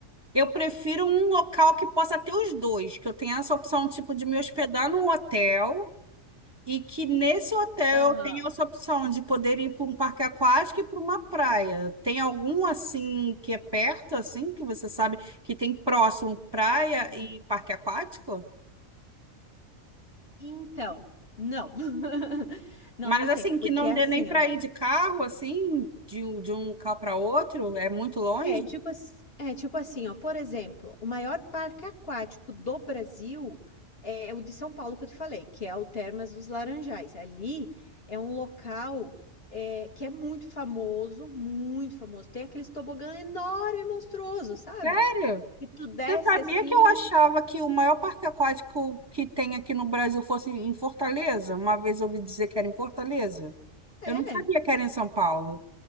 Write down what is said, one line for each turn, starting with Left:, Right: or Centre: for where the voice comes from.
Right: Eu prefiro um local que possa ter os dois, que eu tenha essa opção, tipo, de me hospedar num hotel e que nesse hotel
Left: Aham.
Right: eu tenha essa opção de poder ir para um parque aquático e para uma praia. Tem algum, assim, que é perto, assim, que você sabe que tem próximo praia
Left: Sim.
Right: e parque aquático?
Left: Então, não. <laughs> Não,
Right: Mas,
Left: não tem,
Right: assim,
Left: porque
Right: que não
Left: é
Right: dê
Left: assim,
Right: nem para
Left: ó, amiga.
Right: ir de carro, assim, de, um- de um carro para outro, é muito longe?
Left: É tipo, ass- é tipo assim, ó, por exemplo, o maior parque aquático do Brasil é o de São Paulo que eu te falei, que é o Termas dos Laranjais. Ali é um local é, que é muito famoso, muito famoso. Tem aqueles tobogã enorme e monstruoso, sabe?
Right: Sério?
Left: E tu desce
Right: Você sabia
Left: assim,
Right: que eu achava que o maior parque aquático que tem aqui no Brasil fosse em Fortaleza? Uma vez eu ouvi dizer que era em Fortaleza.
Left: é.
Right: Eu não sabia que era em São Paulo.